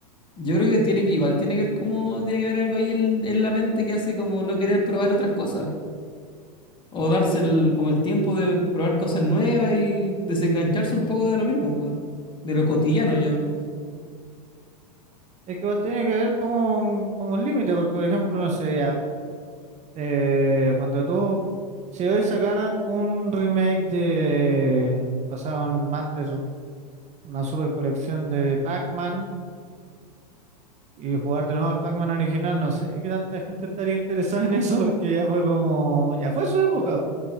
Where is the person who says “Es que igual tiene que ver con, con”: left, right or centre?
Right